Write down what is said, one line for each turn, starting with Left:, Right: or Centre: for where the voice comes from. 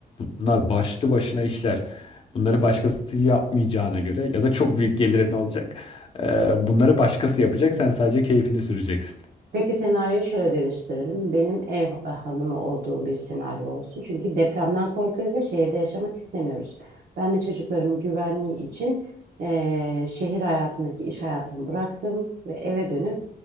Left: Bunlar başlı başına işler. Bunları başkası yapmayacağına göre ya da çok büyük gelirin olacak. Ee, Bunları başkası yapacak, sen sadece keyfini süreceksin.
Right: Peki senaryoyu şöyle değiştirelim. Benim ev hanımı olduğum bir senaryo olsun. Çünkü depremden korkuyoruz ve şehirde yaşamak istemiyoruz. Ben de çocuklarımın güvenliği için eee, şehir hayatındaki iş hayatımı bıraktım ve eve dönüp